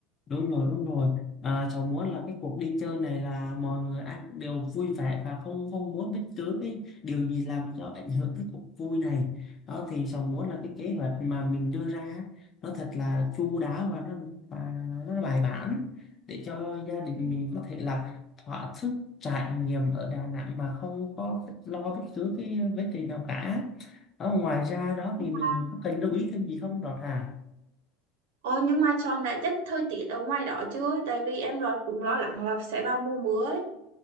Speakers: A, on the left; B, on the right.
A: đúng rồi đúng rồi à, cháu muốn là cái cuộc đi chơi này là mọi người ai cũng đều vui vẻ và không không muốn bất cứ cái điều gì làm cho ảnh hưởng cái cuộc vui này đó thì cháu muốn là cái kế hoạch mà mình đưa ra á, nó thật là chu đáo và nó và nó bài bản để cho gia đình
B: Ừ.
A: mình có thể là thỏa sức trải nghiệm ở Đà Nẵng mà không có lo bất cứ cái vấn đề nào cả đó ngoài ra đó
B: nhưng
A: thì mình
B: mà
A: có cần lưu ý thêm gì không Đọt à
B: Ồ, nhưng mà Son đã chắc thời tiết ở ngoài đó chưa? Tại vì em lo cũng lo lắng là sẽ vào mùa mưa ấy.